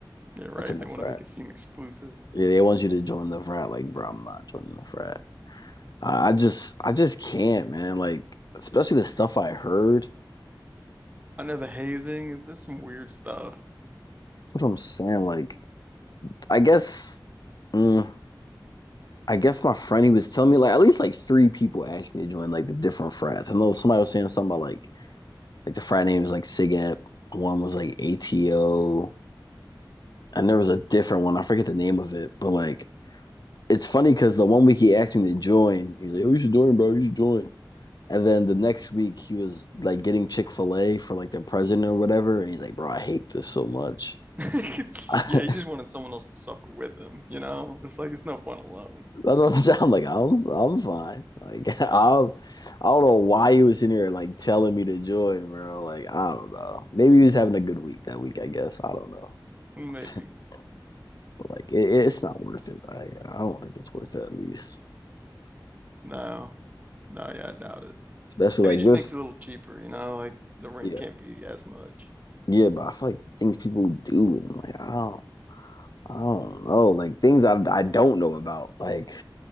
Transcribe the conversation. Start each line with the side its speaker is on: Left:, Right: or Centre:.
Right: Yeah, right.
Left: that's in
Right: They
Left: the
Right: want
Left: frat.
Right: to make it seem exclusive.
Left: Yeah, they want you to join the frat. Like, bro, I'm not joining the frat. I just I just can't, man. Like, especially the stuff I heard.
Right: I know the hazing. There's some weird stuff.
Left: That's what I'm saying. Like, I guess mm, I guess my friend he was telling me like at least like three people asked me to join like the different frats. I know somebody was saying something about like like the frat name was like SIGEP, one was like ATO, and there was a different one. I forget the name of it, but like it's funny because the one week he asked me to join, he's like, "Oh, you should join, bro. You should join." And then the next week he was like getting Chick Fil A for like their president or whatever, and he's like, "Bro, I hate this so much."
Right: <laughs>
Left: <laughs> That's
Right: Yeah, he just wanted someone else to suffer with him. You know, it's like it's no fun alone.
Left: what I'm saying. I'm like, I'm I'm fine. Like <laughs> I'll I don't know why he was in here like telling me to join, bro. Like I don't know. Maybe he was having a good week that week. I guess I don't know.
Right: Maybe.
Left: <laughs> But like it, it's not worth it. I I don't think it's worth it at least,
Right: No, no, yeah, I doubt it.
Left: especially
Right: Maybe
Left: like
Right: it just
Left: this.
Right: makes it a little cheaper. You know, like the rent
Left: Yeah,
Right: can't be as much.
Left: yeah. But I feel like things people do and like I don't. I don't know, like things I I don't know about, like